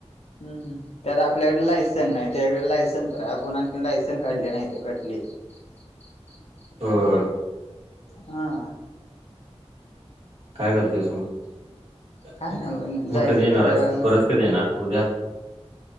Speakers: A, on the left (about 70°); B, on the right (about 65°).
A: हम्, हम् त्यात आपल्याकडे लायसन नाही त्याच्याकडे लायसन तर आहे आपण आणखी लायसन काढले नाही ते कटलीच <inaudible>
B: हो
A: हा.
B: काय करतस मग
A: काय ना
B: मग
A: जायचं
B: कधी येणार
A: थोड्या
B: आहेस
A: वेळाने
B: परत कधी येणार उद्या